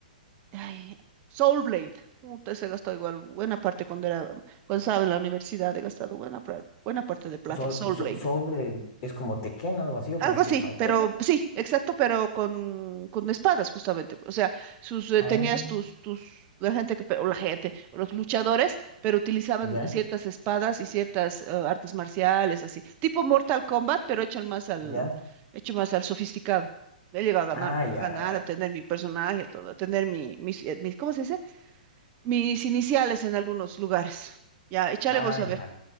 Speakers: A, on the right; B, on the left.
A: ay, Soul Blade. Puta, se gastó igual buena parte cuando era, cuando estaba en la universidad, he gastado buena, pra- buena parte de plata,
B: Sol,
A: Soul Blade.
B: so- Soul, eh, es como Tekken, algo así, o
A: Algo
B: como Street
A: así,
B: Fighter.
A: pero sí, exacto, pero con, con espadas justamente. O sea, sus eh,
B: Ah,
A: tenías tus tus la gente que pe- o la gente o los luchadores, pero utilizaban
B: ya,
A: ciertas espadas y ciertas eh, artes marciales así, tipo Mortal Kombat, pero hecho más al
B: ya.
A: hecho más al sofisticado. He llegado
B: Ah,
A: a ganar, a
B: ya,
A: ganar,
B: ya.
A: a tener mi personaje, a todo, a tener mi, mis, eh, mis, ¿cómo se dice? Mis iniciales en algunos lugares. Ya, échale
B: Ah,
A: vos a
B: ya.
A: ver,